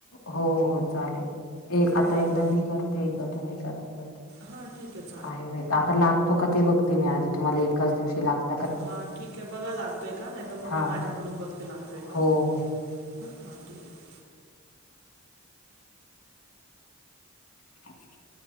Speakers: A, on the left; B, on the right.
A: हो हो चालेल एक
B: परत
A: आता एकदा मी करते एकदा तुम्ही करा.
B: हा ठीक चालेल.
A: आहे माहित आता लागतो का ते बघते मी आधी तुम्हाला एकाच दिवशी लागतो.
B: हा ठीक आहे बघा लागतोय का, नाही तर मग
A: हा
B: मी माझ्याकडून बघते लागतोय का?
A: हो हो
B: हा हा ठीक आहे.
A: ह <unintelligible>